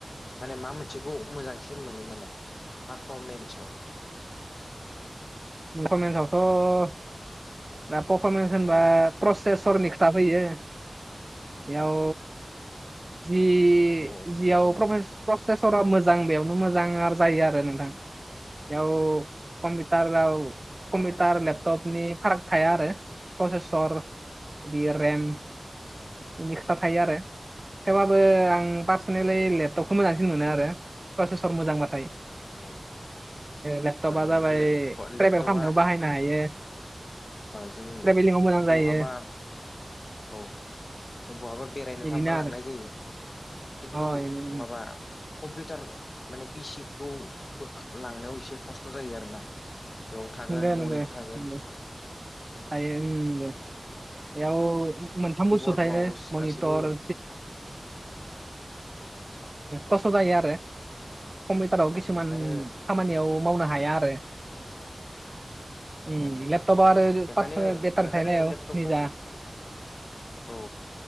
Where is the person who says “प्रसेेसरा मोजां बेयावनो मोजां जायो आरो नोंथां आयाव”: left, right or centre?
Right